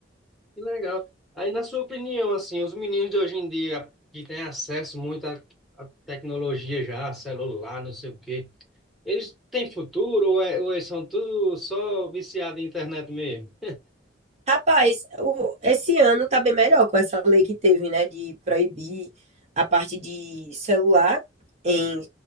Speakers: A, in the centre; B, on the right (about 35°).
A: Que legal. Aí, na sua opinião, assim, os meninos de hoje em dia que têm acesso muito à, à tecnologia já, celular, não sei o quê, eles têm futuro ou, é- ou eles são tudo só viciados em internet mesmo?
B: Rapaz, o- esse ano tá bem melhor com essa lei que teve, né, de proibir a parte de celular em,